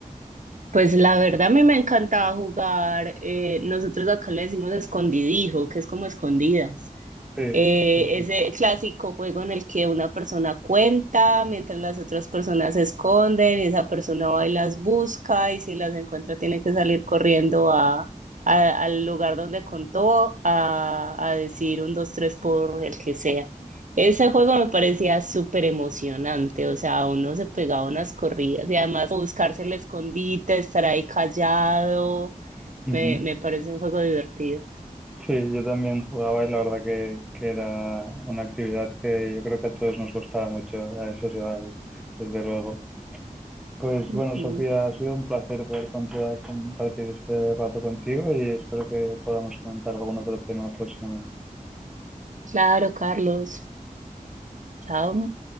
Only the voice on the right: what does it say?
Pues la verdad a mí me encantaba jugar, eh, nosotros acá le decimos escondidijo, que es como escondidas.
Eh,
ese clásico juego en el que una persona cuenta mientras las otras personas se esconden y esa persona va y las busca y si las encuentra tiene que salir corriendo a, a- al lugar donde contó a, a decir un, dos, tres por el que sea. Ese juego me parecía súper emocionante, o sea, uno se pegaba unas corridas y además buscarse el escondite, estar ahí callado,
me, me parece un juego divertido.
Ujú.
Claro, Carlos. chao.